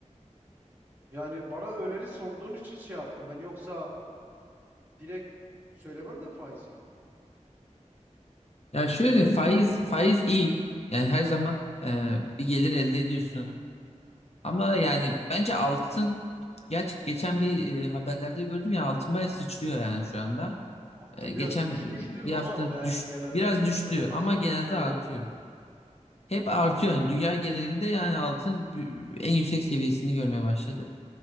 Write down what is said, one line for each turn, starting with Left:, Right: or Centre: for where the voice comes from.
Right: Yani bana öneri sunduğun için şey yaptım ben yoksa direkt söylemem de faizi.
Left: Ya şöyle faiz faiz iyi. Yani her zaman e, bir gelir elde ediyorsun. Ama yani bence altın geç, geçen bir e, haberlerde gördüm ya altın bayağı sıçrıyor yani şu anda.
Right: Altın
Left: E, geçen
Right: biraz düşmüştü
Left: bir
Right: ama
Left: hafta
Right: yani
Left: düş,
Right: genelde
Left: biraz
Right: totalde
Left: düştü
Right: bakarsak
Left: ama genelde
Right: yükseldi.
Left: artıyor. Hep artıyor yani dünya genelinde yani altın en yüksek seviyesini görmeye başladı.